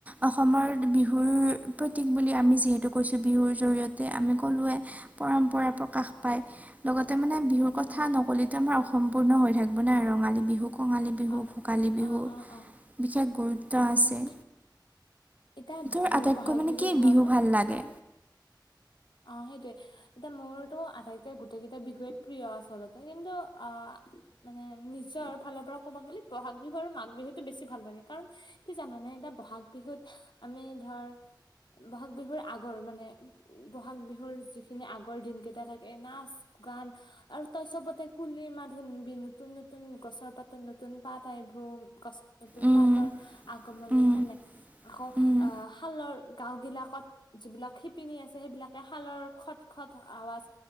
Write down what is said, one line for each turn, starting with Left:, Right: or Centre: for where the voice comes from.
Right: অসমৰ বিহুৰ প্ৰতীক বুলি আমি যিহেতু কৈছোঁ বিহুৰ জৰিয়তে আমি ককলোৱে পৰম্পৰা প্ৰকাশ পায়। লগতে মানে বিহুৰ
Left: উম
Right: কথা নকলেটো আমাৰ অসম্পূৰ্ণ হৈ থাকিব নে ৰঙালী বিহু কঙালী বিহু
Left: অ
Right: ভোগালী বিহু
Left: অ অ অ
Right: বিশেষ গুৰুত্ব আছে
Left: উম এতিয়া
Right: তোৰ আটাইতকৈ
Left: বহাগ
Right: মানে
Left: বিহু
Right: কি
Left: ধৰ তই
Right: ভাল লাগে?
Left: অ' সেইটোৱে এতিয়া মোৰতো আটাইকেই গোটেই কেইটা বিষয়ে প্ৰিয় আচলতে কিন্তু অ মানে নিজৰ ফালৰ পৰা ক'ব গ'লে বহাগ বিহু আৰু মাঘ বিহুতটো বেছি ভাল লাগে কাৰণ কি জানে এয়া। বহাগ বিহুত আমি ধৰ বহাগ বিহুৰ আগৰ মানে বহাগ বিহুৰ যিখিনি আগৰ দিন কেইটা থাকে নাচ গান আৰু তই চবতে কুলি মানুহ নিবি নতুন নতুন গছৰ পাতত নতুন পাত আইিব গছ নতুন
Right: উম,
Left: পাতৰ। আগমনি
Right: উম,
Left: হেনেে আকৌ
Right: উম,
Left: অ শালৰ গাও বিলাকত যিবিলাক শিপিনী আছে। সেইবিলাকে খালৰ খট খট আৱাজ